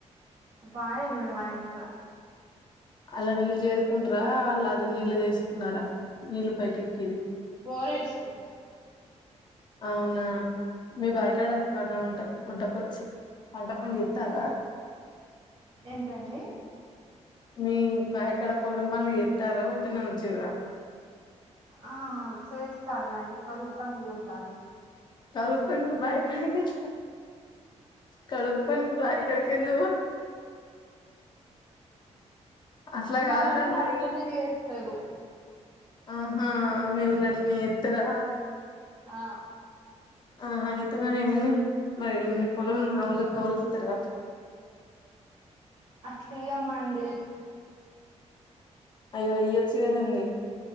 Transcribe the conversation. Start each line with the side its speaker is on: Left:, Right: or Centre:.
Right: వయి ఉంది మాయట్లా
Left: అలా నీళ్ళు చేరుకుంటరా అలా అ నీళ్ళ వేసుకున్నారా నీళ్ళ పైకెక్కేది
Right: బోర వేసుకున్నాం
Left: అవునా మీ బాయకాడ పడిన వంట ఉంటపచ్చు పంటపని ఇతారా
Right: ఏంటండి
Left: మీ బయకాడ పోలం పని ఎతార ఉటన ఉంచిరా
Right: ఆ చేస్తాండి కరుపని పోతాలి
Left: తర ప బయ కానికి చ కడప బాయ కడకంద అట్లా
Right: బాబఊలు
Left: కాదండి
Right: అట్లనే చేస్తారు
Left: ఆహా మేవులట్ని ఇత్తరా
Right: ఆ
Left: ఆ అయితే కానీ మరి మీ పొలం మాఊళ్ళ కౌల్కితార
Right: అట్లు అమ్మా అండి
Left: అయ్యో అయ్యొచ్చు కదండి